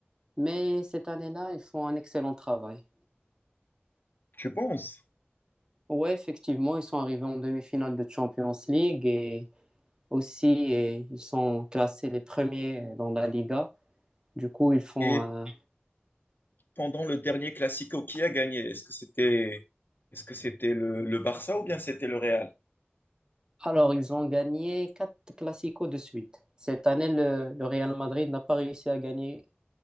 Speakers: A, on the right (about 20°); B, on the left (about 55°).
A: Mais cette année-là, ils font un excellent travail.
B: Tu penses?
A: Ouais, effectivement, ils sont arrivés en demi-finale de Champions League et aussi et ils sont classés les premiers dans la Liga. Du coup, ils font
B: Et
A: un-
B: pendant le dernier Classico, qui a gagné? Est-ce que c'était est-ce que c'était le, le Barça ou bien c'était le Real?
A: Alors, ils ont gagné quatre Clasico de suite. Cette année, le, le Real Madrid n'a pas réussi à gagner